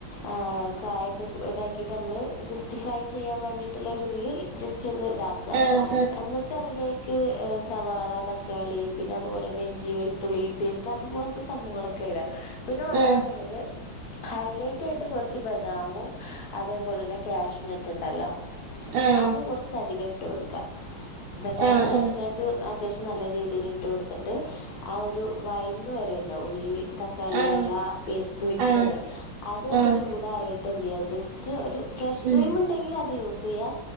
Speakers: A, on the left; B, on the right.
A: ആഹ് കായ ഇതാക്കിട്ട് നമ്മള് ജസ്റ്റ് ഫ്രൈ ചെയ്യാൻ വേണ്ടിട്ടുള്ളതിൽ ജസ്റ്റ് ഒന്ന് ഇതാക്ക
B: ആഹ്
A: എന്നി ട്ട് അതിലേക്ക് സവാള തക്കാളി പിന്നെ അതുപോലെ തന്നെ ഇഞ്ചി വെളുത്തുള്ളി പേസ്‌ ച്ചാ അത് പോലത്തെ സംഭവങ്ങളൊക്കെ ഇടാ പിന്നെ വേണെന്നോണ്ടെങ്കി
B: ആഹ്
A: ഹൈലൈറ്റ് ആയിട്ട് കൊറച്ച് ബദാമും അതേപോലെ തന്നെ ക്യാഷ്നെട്ട് ഇണ്ടല്ലോ
B: ആഹ്
A: അത് കൊറച്ച് അധികം ഇട്ട് കൊട്ക്ക്യാ ബെദാമും
B: ആഹ്
A: ക്യാഷ്നോട്ടും അത്യാവശ്യം നല്ലാ രീതില് ഇട്ട് കൊടുത്തിട്ട് ആഹ് ഒരു വെയന്നന്ന് വേരു അല്ലോ ഉള്ളി, തക്കാളി
B: ആഹ് ആഹ് ആഹ് ഉം ആഹ്
A: എല്ലാ പേസ്റ്റ് മിക്സഡ്
B: ആഹ്
A: അതൊന്ന്
B: ആഹ്
A: ചൂടാറിട്ട് എന്ത് ചെയ്യാ ജസ്റ്റ് ഒരു ഫ്രഷ്
B: ഉം
A: ക്രീം ഇണ്ടാങ്കി അത് യൂസ് ചെയ്യാം